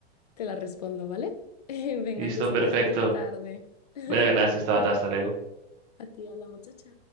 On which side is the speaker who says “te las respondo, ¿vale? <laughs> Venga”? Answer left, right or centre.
Left